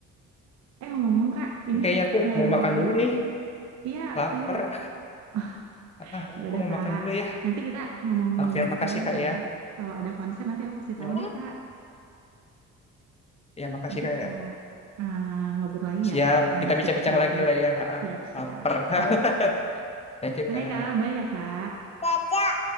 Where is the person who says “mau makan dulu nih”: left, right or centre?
Left